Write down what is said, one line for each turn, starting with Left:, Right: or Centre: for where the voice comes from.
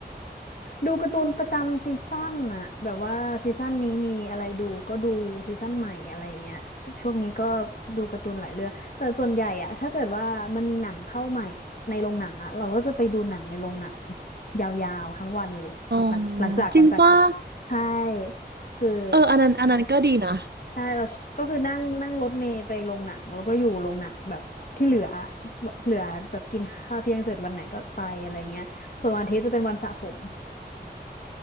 Left: ดูการ์ตูนประจำซีซั่นน่ะแบบว่าซีซั่นนี้มีอะไรดูก็ดูซีซั่นใหม่อะไรอย่างเงี้ยช่วงนี้ก็ดูการ์ตูนหลายเรื่องแต่ส่วนใหญ่อะถ้าเกิดว่ามันมีหนังเข้าใหม่ในโรงหนังอะเราก็จะไปดูหนังในโรงหนังยาวๆทั้งวันเลยหลังหลังจากหลังจากทำใช่
Right: <laughs> อ๋อจริงป่ะ
Left: คือ
Right: เอออันนั้นอันนั้นก็ดีนะ
Left: ใช่เราก็คือนั่งนั่งรถเมล์ไปโรงหนังแล้วก็อยู่โรงหนังแบบที่เหลือเหลือแบบกินข้าวเที่ยงเสร็จวันไหนก็ไปอะไรเงี้ยส่วนวันอาทิตย์จะเป็นวันสระผม